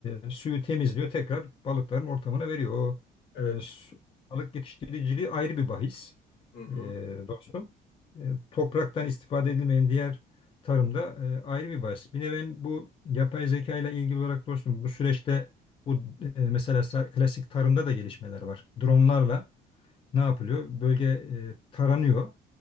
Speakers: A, on the left; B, on the left.
A: e, suyu temizliyor. Tekrar balıkların ortamına veriyor. O
B: Evet.
A: e, su- balık yetiştiriciliği ayrı bir bahis
B: Hı hı.
A: e, dostum. E, topraktan istifade edilmeyen diğer tarımda e, ayrı bir bahis. Bir de ben bu yapay zeka ile ilgili olarak dostum bu süreçte bu e, mesela sa- klasik tarımda da gelişmeler var. Dronlarla ne yapılıyor? Bölge e, taranıyor.